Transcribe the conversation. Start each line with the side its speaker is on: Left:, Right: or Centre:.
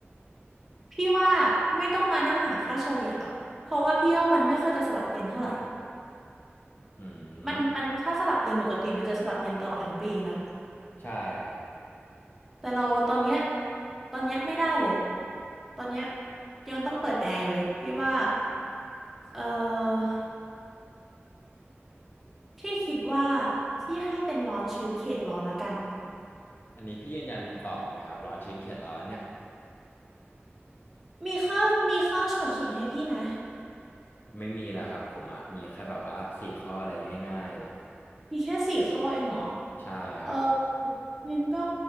Centre: พี่ว่าไม่ต้องมานั่งหาค่าเฉลี่ยหรอกเพราะว่าพี่ว่ามันไม่ค่อยจะสลับเย็นเท่าไหร่
Left: อืม
Centre: มันมันถ้าสลับเย็นปกติมันจะสลับเย็นตลอดทั้งปีนะ
Left: ใช่ครับ
Centre: แต่เราตอนเนี้ยตอนเนี้ยไม่ได้เลย ตอนเนี้ยยังต้องเปิดแอร์อยู่เลยพี่ว่า เออพี่คิดว่าพี่ให้เป็นร้อนชื้นเขตร้อนละกัน
Left: อันนี้พี่ยืนยันคำตอบไหมครับร้อนชื้นเขตร้อนเนี่ย
Centre: มีข้อมีข้อฉดฉิงให้พี่ไหม
Left: ไม่มีแล้วครับผมอะมีแค่แบบว่าสี่ข้ออะไรง่ายๆแบบ
Centre: มีแค่สี่ข้อเองเหรอ
Left: ใช่ครับ
Centre: เอองั้นก็